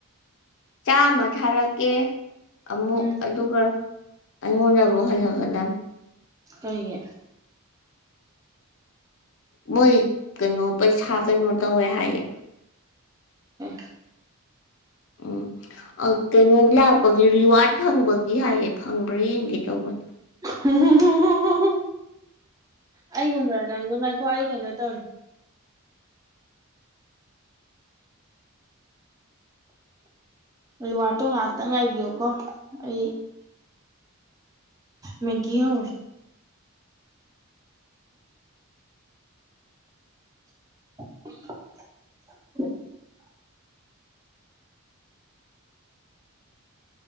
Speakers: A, on the left (about 55°); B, on the right (about 15°).
A: ꯆꯥꯃ ꯊꯥꯔꯛꯀꯦ ꯑꯃꯨꯛ
B: ꯎꯝ
A: ꯑꯗꯨꯒ ꯑꯩꯉꯣꯟꯗ ꯑꯃꯨꯛ ꯍꯜꯂꯛꯀꯗꯝꯅꯤ
B: ꯀꯩꯒꯤ
A: ꯃꯣꯏ ꯀꯩꯅꯣ ꯄꯩꯁꯥ ꯀꯩꯅꯣ ꯇꯧꯋꯦ ꯍꯥꯏꯌꯦ
B: ꯑꯦ
A: ꯎꯝ ꯑꯥ ꯀꯩꯅꯣ ꯂꯥꯛꯄꯒꯤ ꯔꯤꯋꯥ꯭ꯔꯠ ꯐꯪꯕꯒꯤ ꯍꯥꯏꯌꯦ ꯐꯪꯕ꯭ꯔꯥ ꯌꯦꯡꯒꯦ ꯇꯧꯕꯅꯦ
B: ꯍꯨꯝꯍꯨꯝꯍꯨꯝꯍꯨꯝꯍꯨꯝ ꯑꯩꯒꯨꯝꯕꯔ ꯅꯪꯖꯨ ꯉꯥꯏꯀꯣ ꯑꯩ ꯀꯩꯅꯣ ꯇꯧꯔꯤ ꯔꯤꯋꯥ꯭ꯔꯠꯇꯨ ꯉꯥꯛꯇꯪ ꯉꯥꯏꯕꯤꯌꯣꯀꯣ ꯑꯩ ꯃꯦꯒꯤ ꯍꯧꯔꯤ <unintelligible>